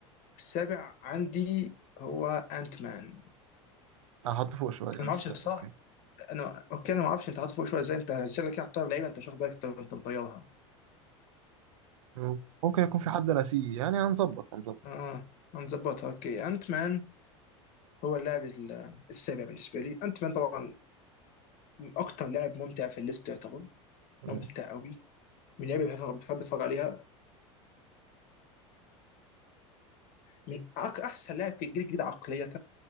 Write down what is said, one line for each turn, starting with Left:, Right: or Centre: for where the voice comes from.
Left: السابع عندي هو انت مان
Right: هحطه فوق شويه يعني،
Left: انا ما
Right: بس
Left: اعرفش
Right: آه،
Left: صح
Right: اوكي
Left: انا اوكي انا ما اعرفش انت حاطه فوق شويه ازاي انت ازاي كده حاططها لعيبه انت مش واخد بالك انت أنت مطيرها
Right: مم. ممكن يكون في حد ناسيه يعني هنظبط هنظبط
Left: اه أنا مظبطها اوكي انت مان هو اللاعب ال- السابع بالنسبه لي انت مان طبعا اكتر لاعب ممتع في الليست يعتبر
Right: مم.
Left: ممتع قوي من اللعيبه اللي بحب بحب اتفرج عليها من أك- احسن لاعب في الجيل الجديد عقليه